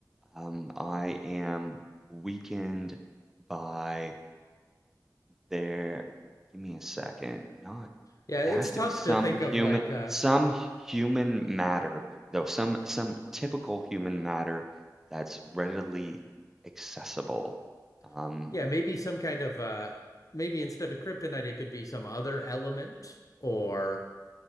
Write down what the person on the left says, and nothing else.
Yeah,
it's
tough
to think of
like uh
<laughs> yeah, maybe some kind of uh maybe instead of kryptonite it could be some other element or